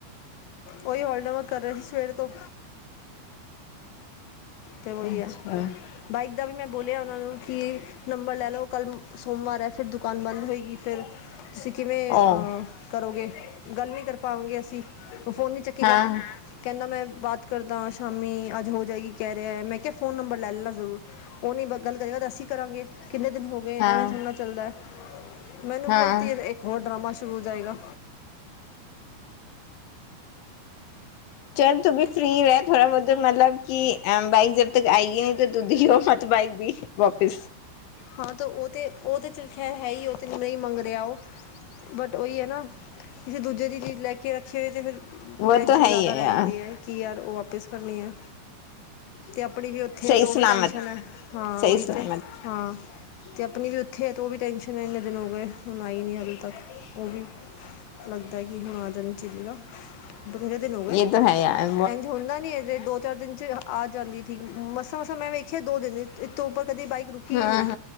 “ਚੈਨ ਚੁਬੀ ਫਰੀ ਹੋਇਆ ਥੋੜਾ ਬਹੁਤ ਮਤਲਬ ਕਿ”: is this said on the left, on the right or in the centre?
Left